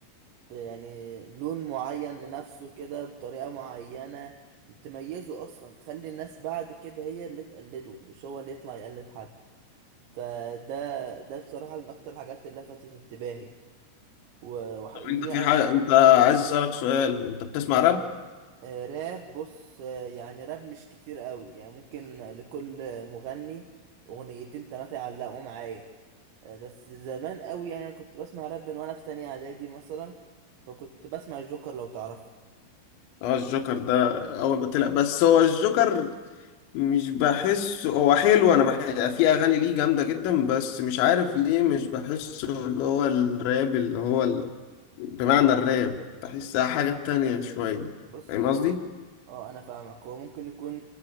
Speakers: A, on the right (about 75°); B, on the left (about 75°).
A: ب... يعني لون معين لنفسه كده بطريقة معينة بتميزه اصلا تخلي الناس بعد كده هي اللي تقلده مش هو اللي يطلع يقلد حد فده ده بصراحة من اكتر الحاجات اللي لفتت انتباهي و... وحقيقة
B: طب انت في
A: يعني،
B: حاجة انت عايز أسألك سؤال انت بتسمع راب؟
A: آه، راب بص آه، يعني راب مش كتير قوي يعني ممكن لكل مغني اغنيتين تلاتة يعلقوا معايا آه، بس زمان قوي يعني انا كنت بسمع راب من وانا في تانية اعدادي مثلا فكنت بسمع الجوكر لو تعرفه
B: اه الجوكر ده اول ما طلع بس هو الجوكر مش بحس هو حلو انا بحس في اغاني ليه جامده جدا بس مش عارف ليه مش بحسه اللي هو الراب اللي هو ال... بمعنى الراب بحسها حاجه تانية شويه
A: بص
B: فاهم قصدي
A: هو اه انا فاهمك هو ممكن يكون